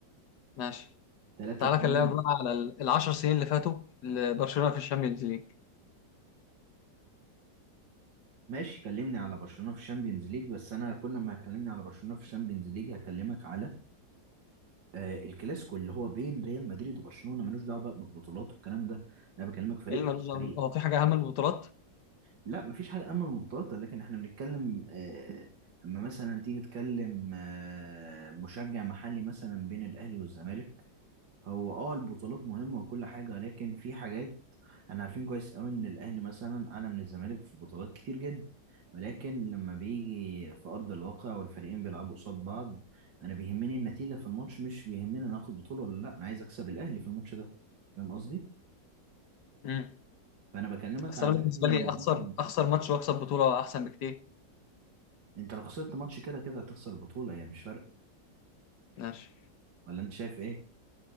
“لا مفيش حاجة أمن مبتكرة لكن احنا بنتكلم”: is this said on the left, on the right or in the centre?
Right